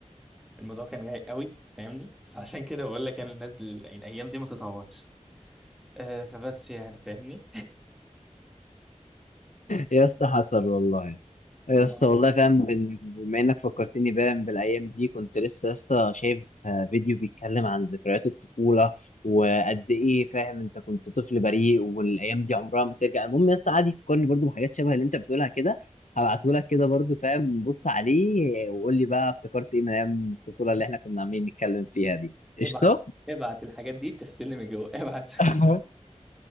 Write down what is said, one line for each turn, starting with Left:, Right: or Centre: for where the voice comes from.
Centre: الموضوع كان رايق قوي فاهمني فعشان كده بقول لك انا الناس دل... الايام دي ما تتعوضش آه فبس يعني فاهمني
Left: يا اسطى حصل والله يا
Centre: المهم
Left: اسطى والله فاهم بن- بما انك فكرتني باين بالايام دي كنت لسه يا اسطى شايف آه، فيديو بيتكلم عن ذكريات الطفوله وقد ايه فاهم انت كنت طفل بريء والايام دي عمرها ما ترجع المهم يا اسطى قعد يفكرني برضو بحاجات شبه اللي انت بتقولها كده هبعته لك كده برضو فاهم بص عليه وقول لي بقى افتكرت ايه من ايام الطفوله اللي احنا كنا عاملين نتكلم فيها دي قشطه
Centre: ابعت ابعت الحاجات دي بتغسلني من جوه ابعت
Left: <laughs>